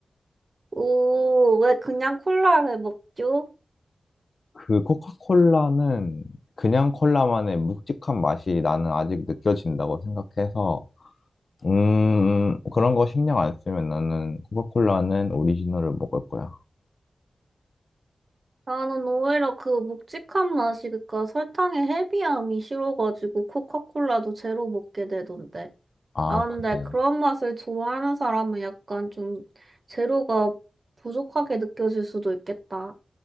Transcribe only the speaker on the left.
그 코카콜라는 그냥 콜라만의 묵직한 맛이 나는 아직 느껴진다고 생각해서, 음, 그런 거 신경 안 쓰면 나는 코카콜라는 오리지널을 먹을 거야.
아,
그래.